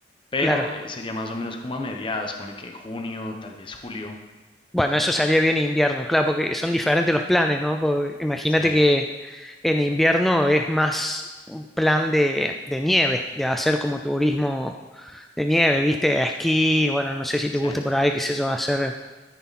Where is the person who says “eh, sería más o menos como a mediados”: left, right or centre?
Left